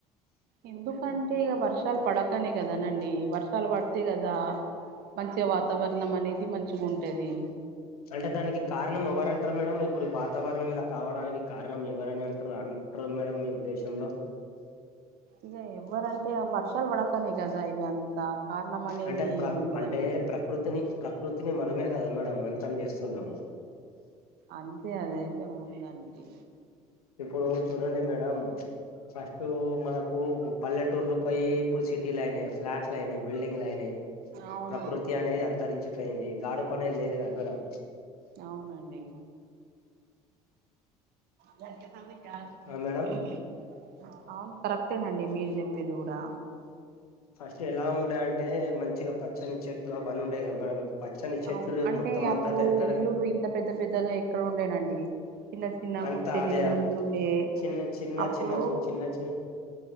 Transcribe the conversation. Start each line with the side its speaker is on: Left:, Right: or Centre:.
Right: ఎందుకంటే ఇగ వర్షాలు పడకనే కదానండి వర్షాలు పడితే కదా మంచిగా వాతావరణం అనేది మంచిగా ఉంటది
Left: అంటే దానికి కారణం ఎవరంటారు మేడం ఇప్పుడు వాతావరణం ఇలా కావడానికి కారణం ఎవరని అంటారు అం ర్ మేడం మీ ఉద్దేశంలో
Right: ఇగ ఎవ్వరంటే ఆ వర్షాలు పడతనే కదా ఇవి అంతా కారణం అనేది
Left: అంటే ప్ర
Right: ఏముంటదండి
Left: అంటే ప్రకృతిని ప్రకృతిని మనమే కదా మేడం అంతం చేస్తున్నాము
Right: అంతే అదయితే ఉందండి
Left: ఇప్పుడు చూడండి మేడం ఫస్ట్ మనకు గు పల్లెటూర్లు పోయి ఇప్పుడు సిటీలు అయినాయి ఫ్లాట్స్లు అయినాయి బిల్డింగ్ లు అయినాయి
Right: అవును
Left: ప్రకృతి అనేది అంతరించిపోయింది గాడుపు అనేది లేదు కదా మేడం
Right: అవునండి గజక తని కాల
Left: ఆ మేడం
Right: <inaudible> అవును కరెక్టేనండి మీరు జెప్పేది కుడా
Left: ఫస్ట్ ఎలా ఉండే అంటే మంచిగా పచ్చని చెట్లు అవన్ని ఉండే కదా మేడం పచ్చని చెట్లులేవ్
Right: అవును అంటే
Left: మొత్తం
Right: అప్పుడు
Left: అంతట ఎక్కడ
Right: ఇల్లులు ఇంత పెద్ద పెద్దగా ఎక్కడ ఉండేనండి చిన్న చిన్న
Left: అంత
Right: గుడిసెలు
Left: అదే
Right: ఇల్లు
Left: అదే
Right: ఉంటుండే
Left: చిన్న చిన్న
Right: అప్పుడు
Left: చిన్న గు చిన్న చిన్న